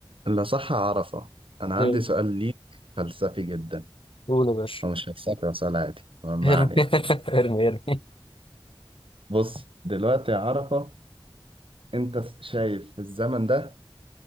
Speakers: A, on the right; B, on the left.
A: لا صح عرفة أنا عندي
B: ايه
A: سؤال ليك فلسفي جدا
B: قول يا باشا
A: هو مش فلسفي هو سؤال عادي ما
B: ارمي
A: علينا
B: <laughs> ارمي ارمي
A: بص دلوقتي يا عرفة أنت شايف في الزمن ده